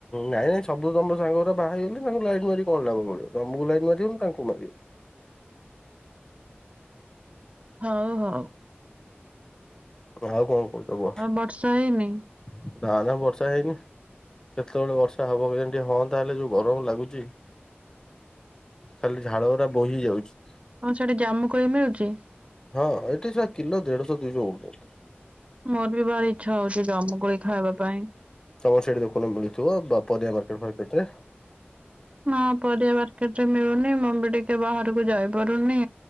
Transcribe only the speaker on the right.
ହଉ ହଉ।
ଆଉ ବର୍ଷା ହେଇନି
ହଁ ସେଠି ଜାମୁ କୁଳି ମିଳୁଛି?
ମର ବି ଭାରି ଇଚ୍ଛା ହଉଛି ଜମୁକୋଳି ଖାଇବା ପାଇଁ।
ହଁ ପରିବା ମାର୍କେଟ ରେ ମିଳୁନି ମୁଁ ବି ଟିକେ ବାହାରକୁ ଯାଇ ପାରୁନି